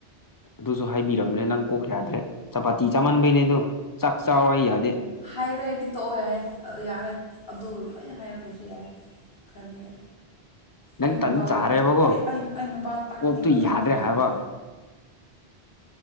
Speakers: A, on the left; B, on the left.
A: ꯑꯗꯨꯁꯨ ꯍꯥꯏꯕꯤꯔꯝꯅꯦ ꯅꯪ ꯀꯣꯛ ꯌꯥꯗ꯭ꯔꯦ ꯆꯄꯥꯇꯤ ꯆꯥꯃꯟꯕꯩꯅꯦ ꯑꯗꯨ ꯆꯥꯛ ꯆꯥꯎ ꯌꯥꯗꯦ
B: ꯍꯥꯏꯔꯣꯏ ꯗꯤ ꯇꯣꯛꯑꯣ ꯌꯥꯏ ꯌꯥꯔꯦ ꯑꯗꯨ ꯂꯣꯏ ꯍꯥꯏꯔꯛꯗ꯭ꯔꯁꯨ ꯑꯦꯌꯥꯥꯏ ꯀꯔꯤ
A: ꯅꯪ
B: ꯑꯩ ꯅꯨꯄꯥꯕꯨ
A: ꯇꯟ ꯆꯥꯔꯦꯕꯀꯣ
B: ꯑꯩ ꯑꯩ ꯑꯩ ꯅꯨꯄꯥ ꯇꯛꯀꯅꯤꯀꯣ
A: ꯀꯣꯛꯇꯨ
B: ꯅꯪ
A: ꯌꯥꯗ꯭ꯔꯦ
B: ꯐꯩꯍꯟꯅꯤ
A: ꯍꯥꯏꯕ